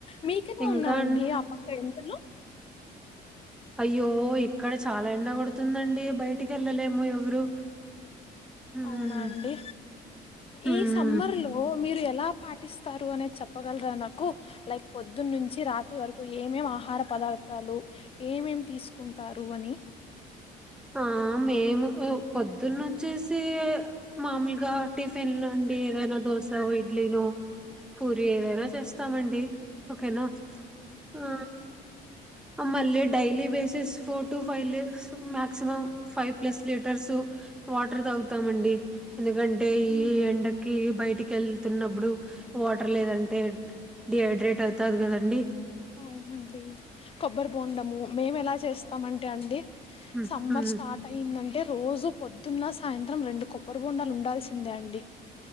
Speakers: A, on the left; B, in the centre.
A: మీకన్న
B: ఇంకా
A: ఉన్నాయండి
B: అన్-
A: ఆ పక్క ఎంతలో
B: అయ్యో ఇక్కడ చాలా ఎండ కొడుతుందండి బయటికి వెళ్ళలేము ఎవరు హ్మ్
A: అవునా అండి
B: హ్మ్
A: ఈ సమ్మర్ లో మీరు ఎలా పాటిస్తారు అనేది చెప్పగలరా నాకు లైక్ పొద్దున్న నుంచి రాత్రి వరకు ఏమేం ఆహార పదార్థాలు ఏమేమి తీసుకుంటారు అని
B: ఆ మేము పొద్దున్న వచ్చేసి మామూలుగా టిఫిన్ నుండి ఏదైనా దోశ ఇడ్లీను పూరి ఏదైనా చేస్తామండి ఓకేనా ఆ మళ్ళీ daily basis four to five less maximum five plus litres water తాగుతామండి ఎందుకంటే ఈ
A: ఉమ్
B: ఎండకి బయటికి వెళ్తున్నప్పుడు వాటర్ లేదంటే డిహైడ్రేట్ అవుతాది గదండి
A: అవునండి కొబ్బరి బొండము మేము ఎలా చేస్తామంటే అండి
B: హ్మ్.
A: సమ్మర్
B: హ్మ్.
A: స్టార్ట్ అయ్యిందంటే రోజు పొద్దున్న సాయంత్రం రెండు కొబ్బరి బొండాలు ఉండాల్సిందే అండి